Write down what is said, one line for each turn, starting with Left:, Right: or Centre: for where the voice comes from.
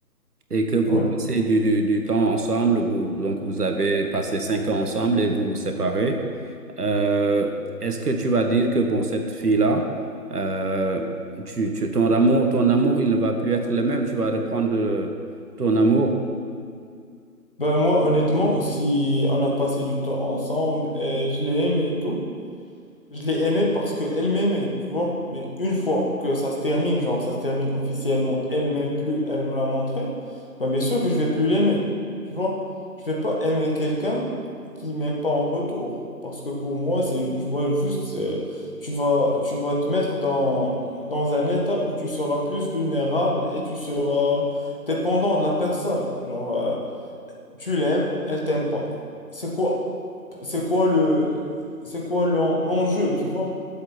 Right: et que vous
Left: ouais.
Right: passez du, du- du temps ensemble, vous, donc vous avez passé cinq ans ensemble et vous vous séparez, euh, est-ce que tu vas dire que, bon, cette fille-là, euh, tu, tu- ton amour, ton amour, il ne va plus être le même, tu vas reprendre euh, ton amour?
Left: Ben moi, honnêtement, si on a passé du temps ensemble, et je l'aime et tout. Je l'ai aimée parce qu'elle m'aimait, tu vois. Mais une fois que ça se termine, genre ça se termine officiellement, elle m'aime plus, elle me l'a montré, ben bien sûr que je vais plus l'aimer, tu vois. Je vais pas aimer quelqu'un qui m'aime pas en retour. Parce que pour moi, c'est, je vois juste, euh, tu vas, tu vas te mettre dans, dans un état où tu seras plus vulnérable et tu seras dépendant de la personne. Genre, euh, tu l'aimes, elle t'aime pas. C'est quoi, c'est quoi le, c'est quoi l'en- l'enjeu, tu vois?